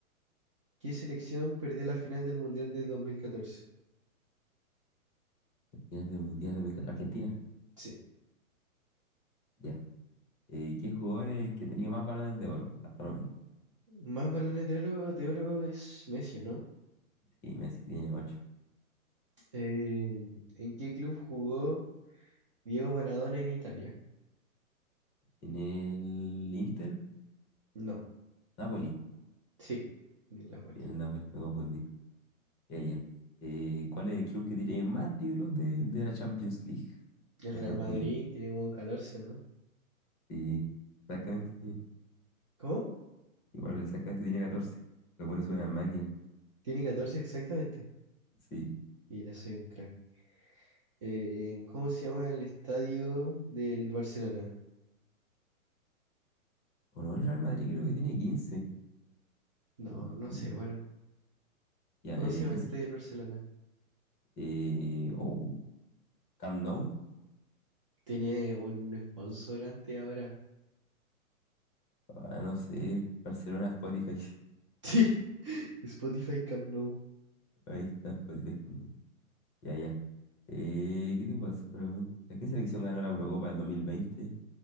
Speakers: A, on the right (about 25°); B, on the left (about 20°).
A: ¿qué selección perdió la final del Mundial de 2014?
B: Final del Mundial de dos mil México- Argentina,
A: Sí.
B: ya. Eh, ¿qué jugador es el que tenía más balones de oro hasta el momento?
A: Más balones de oro, de oro es Messi, ¿o ¿no?
B: Sí, Messi tiene ocho
A: Em, ¿en qué club jugó Diego Maradona en Italia?
B: ¿En el Inter?
A: No.
B: Napoli.
A: Sí, en el Napoli.
B: Tiene el Napoli, me confundí. Ya, ya. Eh, ¿cuál es el club que tiene más títulos de, de la Champions League?
A: El
B: La
A: Real
B: Champions.
A: Madrid tiene como 14, ¿no?
B: Sí, exactamente. sí.
A: ¿Cómo?
B: Igual, exactamente tiene catorce Lo pone suena máquina.
A: Tiene 14 exactamente.
B: Sí.
A: Mira, soy un crack. Eh, ¿cómo se llama el estadio del Barcelona?
B: O no, el Real Madrid creo que tiene quince
A: No,
B: Me confundí.
A: no sé, bueno.
B: Ya,
A: ¿Cómo
B: eh,
A: se llama
B: ¿qué
A: el
B: es?
A: estadio del Barcelona?
B: Eh, o Camp Nou.
A: Tiene un sponsorante ahora. <laughs>
B: Ah, no sé, Barcelona, Spotify.
A: Sí, Spotify Camp Nou.
B: <laughs> Ahí está, Spotify. no. Ya, ya. Eh, ¿qué te puedo hacer pregunta? ¿Qué selección ganó la Eurocopa del dos mil veinte